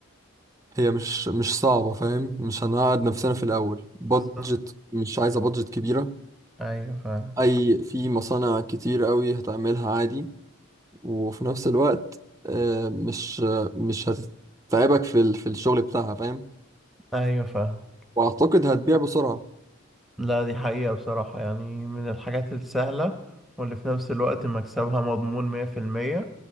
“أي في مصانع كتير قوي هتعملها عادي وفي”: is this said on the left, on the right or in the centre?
Right